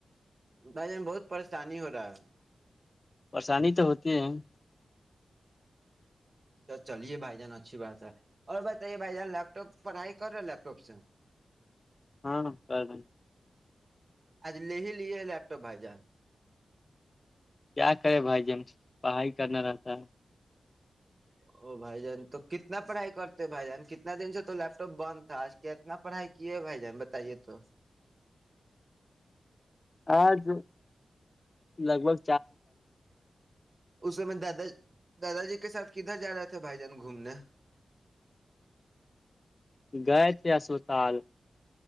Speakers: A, on the right; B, on the left.
A: بھائی جان بہت پریشانی ہو رہا ہے
B: پریشانی تو ہوتی ہے
A: تو چلیے بھائی جان اچھی بات ہے اور بتائیے بھائی جان لیپ ٹاپ پڑھائی کر رہے ہیں لیپٹاپ سے
B: ہاں کر دین
A: آج لے ہی لیے ہے لیپٹاپ بھائی جان
B: کیا کرے بھائی ج ہم پڑھائی کرنا رہتا ہے
A: او بھائی جان تو کتنا پڑھائی کرتے بھائی جان کتنا دن سے تو لیپ ٹاپ بند تھا آج کے اتنا پڑھائی کیے بھائی جان بتائیے تو
B: آج لگ بگ
A: اس میں میں دادا دادا جی کے ساتھ کدھر جا رہے تھے بھائی جان گھومنے
B: گئے تھے اسپتال